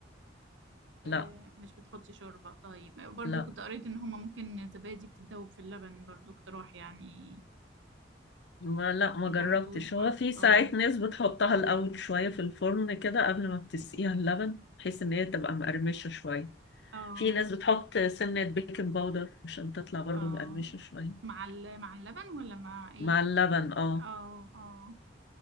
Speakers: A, on the right (about 80°); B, on the left (about 65°).
A: ب...
B: لا
A: مش بتحطي شوربة طيب برضو
B: لا
A: كنت قريت ان هما ممكن الزبادي بتتذوب في اللبن برضو اقتراح يعني
B: ما لا ما
A: ما
B: جربتش
A: جربتوش
B: هو
A: برضو
B: في ساعات
A: اه
B: ناس بتحطها الأول شوية في الفرن كده قبل ما بتسقيها اللبن بحيث إن هي تبقى مقرمشة شوية
A: اه
B: في ناس بتحط سنة بيكنج باودر عشان تطلع برضو
A: اه
B: مقرمشة شوية
A: مع ال... مع اللبن ولا مع ايه
B: مع اللبن اه
A: اه اه